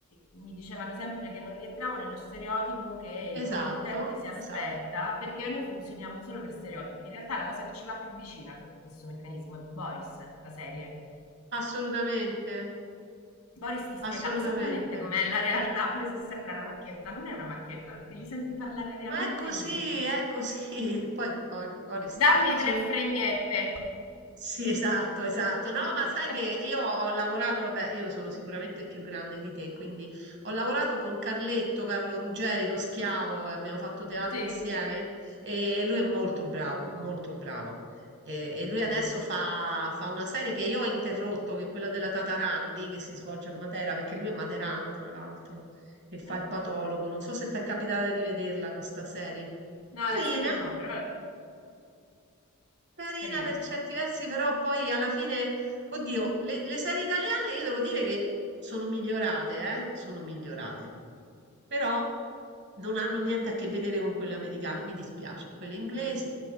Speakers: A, on the left; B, on the right.
A: mi dicevano sempre che non rientravo nello stereotipo che
B: esatto,
A: il committente si aspetta,
B: esatto,
A: perché noi funzioniamo solo per stereotipi. In realtà la cosa che ci va più vicina a questo meccanismo è Boris, la serie.
B: assolutamente,
A: Boris ti spiega
B: assolutamente.
A: esattamente com'è la realtà, pure se sembra una macchietta, non è una macchietta, perché li senti parlare realmente
B: Ma è così,
A: così.
B: è così. <laughs> Poi, poi, poi
A: Dammi
B: sono
A: tre fregnette.
B: Sì, esatto, esatto. No,
A: <laughs>
B: ma sai che io ho lavorato, vabbè, io sono sicuramente più grande di te, quindi ho lavorato con Carletto, Carlo Ruggeri, lo schiavo, e abbiamo fatto teatro
A: sì,
B: insieme e lui è molto bravo, molto bravo. E, e lui
A: sì.
B: adesso fa, fa una serie che io ho interrotto, che è quella della Tataranni, che si svolge a Matera, perché lui è materano, tra l'altro, e fa
A: Ah.
B: il patologo. Non so se ti è capitata di vederla questa serie.
A: No,
B: Carina.
A: la serie no, però
B: Carina
A: carina.
B: per certi versi, però poi alla fine, oddio, le, le serie italiane io devo dire che sono migliorate, eh? Sono migliorate. Però non hanno niente a che vedere con quelle americane, mi dispiace, quelle inglesi.